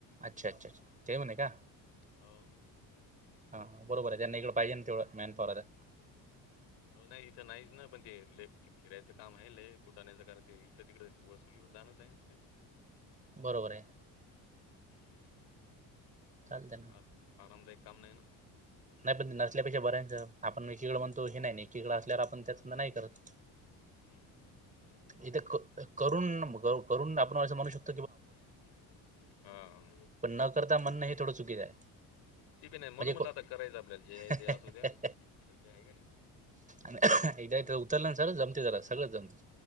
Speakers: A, on the right; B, on the left.
A: अच्छा अच्छ अच्छा! ते म्हणे का
B: हौ.
A: हा हा बरोबर आय त्यांना इकड पाहिजे ना तेव्हा मॅन <unintelligible>
B: हो ना इथं नाहीच ना पण ते लई ते फिरायचं काम आहे, लय कुठाण्याचं कारण ते इकड तिकड वसुलीवर जाणंच हाय तेंना
A: बरोबर आय
B: हम्म
A: चालते ना
B: आ आरामदायक काम नाही ना
A: नाही पण नसल्यापेक्षा बरं हाय न त आपण एकीकड म्हणतो, हे नाही ना एकीकड असल्यावर आपण त्याच
B: हम्म
A: न नाही करत
B: हम्म. झालं ते एक मिनिट
A: इथ क करून न मग अ करून आपणं अस म्हणू शक
B: <unintelligible> हा <unintelligible>
A: पण न करता म्हणणं हे थोडं चुकीचं आहे
B: ती पी नाही म्हणून
A: म्हणजे
B: मला आता करायचं आपल्याला जे हाय
A: को
B: ते असू द्या सध्या हाय का नई.
A: आणि एकदा हित उतरल्या <unintelligible> जमते जरा सगळंच जमते.